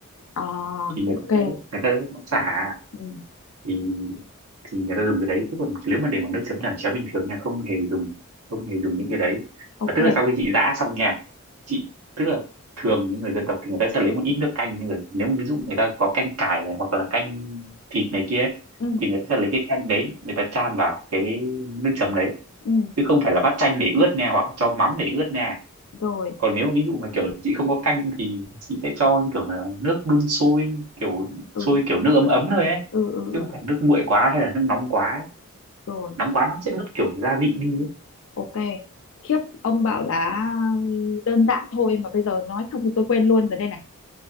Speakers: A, on the left (about 60°); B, on the right (about 80°).
A: à
B: thì người
A: ok
B: ta sẽ người ta sẽ có sả
A: ừ,
B: thì thì người ta dùng cái đấy chứ còn nếu mà để mà nước chấm làm cháo bình thường nha không hề dùng không hề dùng những cái đấy
A: ok
B: mà tức là sau khi chị giã xong nha chị tức là thường những người dân tộc thì người ta sẽ lấy một ít nước canh rồi nếu mà ví dụ người ta có canh cải này hoặc là canh thịt này kia ấy,
A: ừ.
B: thì người ta sẽ lấy cái canh đấy người ta chan vào cái nước chấm đấy
A: ừ
B: chứ không phải là bắt chanh để ướt nha hoặc là cho mắm để ướt nha
A: rồi
B: còn nếu ví dụ mà kiểu chị không có canh thì chị sẽ cho kiểu là nước đun sôi kiểu
A: ừ
B: sôi kiểu nước ấm ấm thôi ấy
A: ừ ừ
B: chứ
A: ừ
B: không phải nước nguội quá hay là nước nóng quá ấy.
A: rồi
B: nóng quá nó sẽ mất kiểu gia vị đi ấy.
A: ok khiếp ông bảo là đơn giản thôi mà bây giờ nói xong thì tôi quên luôn rồi đây này